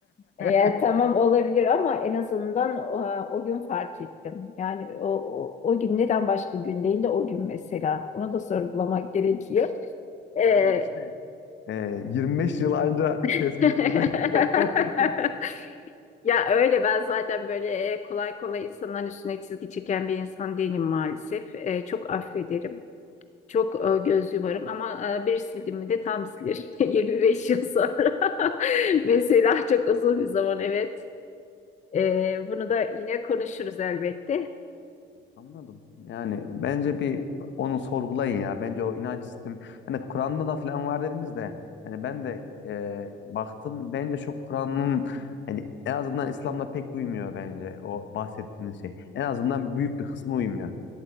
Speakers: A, on the left (about 35°); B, on the left (about 65°).
A: Ya,
B: <laughs>
A: tamam olabilir ama en azından e, o, gün fark ettim. Yani o, o, o gün neden başka gün değil de o gün mesela. Ona da sorgulamak gerekiyor. Ee,
B: Yani işte e, 25 yıl anca
A: <laughs>
B: kesmiş sizi. <laughs>
A: Ya öyle ben zaten böyle e, kolay kolay insanların üstüne çizgi çeken bir insan değilim maalesef. E, çok affederim. Çok e, göz yumarım ama e, bir sildim mi de tam silir. 25 <laughs> yıl sonra. <laughs> Mesela çok uzun bir zaman evet. Ee, bunu da yine konuşuruz elbette.
B: Anladım. Yani bence bir onu sorgulayın ya. Bence o inanç sistemi hani Kur'an'da da falan var dediniz de yani ben de e, baktım bence çok Kur'an'ın yani en azından İslam'la pek uymuyor bence o bahsettiğiniz şey. En azından büyük bir kısmı uymuyor.